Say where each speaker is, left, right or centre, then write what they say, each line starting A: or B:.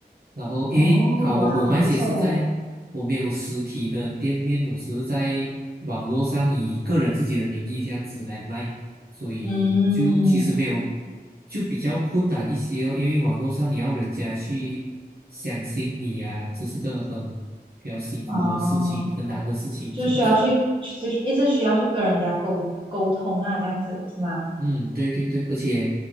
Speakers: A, on the right (about 65°); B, on the right (about 30°).
A: 然后因为啊我我卖鞋是在我没有实体的店面，
B: 哦，哇，很不错诶，
A: 我只是在网络上以个人自己的名义这样子来卖，所以就其实没有
B: 嗯。
A: 就比较困难一些哦，因为网络上你要人家去相信你啊，这是个很比较辛苦的事情，
B: 哦，
A: 很难的事情这样子。
B: 就需要去，就是一直需要去跟人家沟沟通啊，这样子是吗？
A: 嗯，对对对，而且